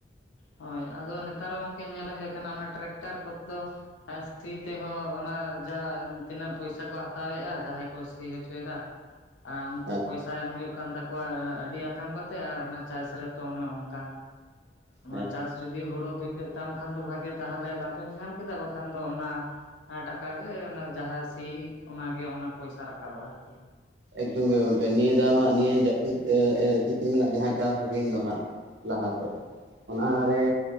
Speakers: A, on the left (about 85°); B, on the right (about 65°).
A: ᱦᱳᱭ ᱟᱫᱚ ᱱᱮᱛᱟᱨ ᱦᱚᱸ ᱚᱝᱠᱮ ᱧᱮᱞ ᱦᱩᱭ ᱟᱠᱟᱱᱟ ᱚᱱᱟ ᱴᱨᱟᱠᱴᱚᱨ ᱠᱚᱫᱚ ᱟᱨ ᱥᱤ ᱛᱮᱦᱚᱸ ᱚᱱᱟ ᱡᱟᱦᱟᱸ ᱛᱤᱱᱟᱹᱜ ᱯᱚᱭᱥᱟ ᱠᱚ ᱦᱟᱛᱟᱣᱮᱜᱼᱟ, ᱡᱟᱦᱟᱸᱭ ᱠᱚ ᱥᱤ ᱦᱚᱪᱚᱭᱮᱫᱟ ᱟᱸᱻ ᱩᱝᱠᱩ
B: ᱦᱮᱸ
A: ᱯᱚᱭᱥᱟ ᱮᱢ ᱦᱩᱭᱩᱜ ᱠᱟᱱ ᱛᱟᱠᱚᱣᱟ ᱟᱹᱰᱤ ᱟᱛᱷᱟᱢ ᱠᱟᱛᱮ ᱟᱨ ᱚᱱᱟ ᱪᱟᱥ ᱨᱮᱛᱚ ᱚᱱᱮ ᱚᱱᱠᱟ
B: ᱦᱮᱸ
A: ᱪᱟᱥ ᱡᱩᱫᱤ ᱦᱩᱲᱩ ᱦᱩᱭᱩᱜ ᱛᱟᱢ ᱠᱷᱟᱱ ᱫᱚ ᱵᱷᱟᱜᱮ ᱛᱟᱦᱚᱞᱮ ᱞᱟᱵᱷ ᱮᱢ ᱧᱟᱢ ᱠᱮᱫᱟ ᱵᱟᱠᱷᱟᱱ ᱫᱚ ᱚᱱᱟ ᱴᱟᱠᱟ ᱜᱮ ᱚᱱᱟ ᱡᱟᱦᱟᱸ ᱥᱤ ᱚᱱᱟᱜᱮ ᱚᱱᱟ ᱯᱚᱭᱥᱟ ᱨᱟᱠᱟᱵᱟ ᱟᱨᱠᱤ
B: ᱮᱠᱫᱚᱢ ᱜᱮ ᱜᱚᱝᱠᱮ ᱱᱤᱭᱟᱹ ᱫᱷᱟᱣ ᱱᱤᱭᱟᱹ ᱡᱟᱹᱯᱩᱫ ᱥᱤᱛᱩᱝ ᱨᱮᱱᱟᱜ ᱡᱟᱦᱟᱸ ᱪᱟᱥ ᱦᱩᱭᱮᱱ ᱫᱚ ᱦᱟᱸᱜ ᱞᱟᱦᱟᱛᱮ ᱚᱱᱟᱨᱮ